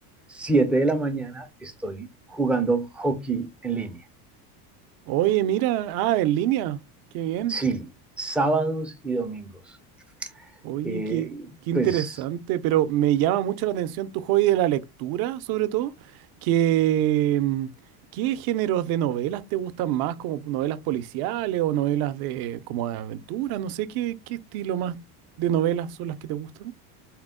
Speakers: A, in the centre; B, on the right.
A: 7 de la mañana, estoy jugando hockey en línea.
B: Oye, mira, ah, en línea, qué bien.
A: Sí, sábados y domingos.
B: Oye,
A: Eh,
B: qué, qué interesante,
A: pues
B: pero me llama mucho la atención tu hobby de la lectura, sobre todo, que mm, ¿qué géneros de novelas te gustan más, como novelas policiales o novelas de como de aventura? No sé qué, qué estilo más de novelas son las que te gustan.